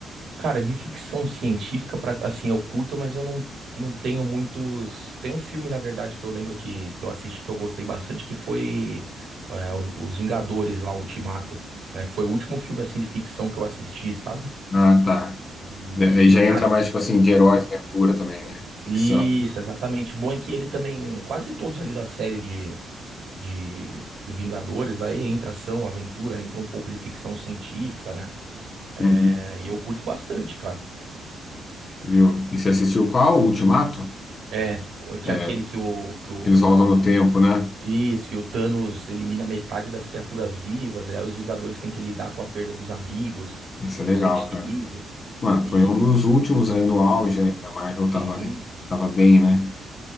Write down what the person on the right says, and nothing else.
Cara, de ficção científica, pra, assim, eu curto, mas eu não, não tenho muitos... Tem um filme, na verdade, que eu lembro que, que eu assisti, que eu gostei bastante, que foi é, Os Os Vingadores, lá, Ultimato, né? Foi o último filme, assim, de ficção que eu assisti, sabe?
E,
cara...
Isso, exatamente. Bom é que ele também, quase todos ali da série de, de do Vingadores, aí entra ação, aventura, entra um pouco de ficção científica, né? É,
e eu curto bastante, cara.
É, o- que
é aquele que o,
que o,
que,
isso, e o Thanos elimina metade das criaturas vivas, e aí os Vingadores têm que lidar com a perda dos amigos
e
os entes queridos,
e
sim,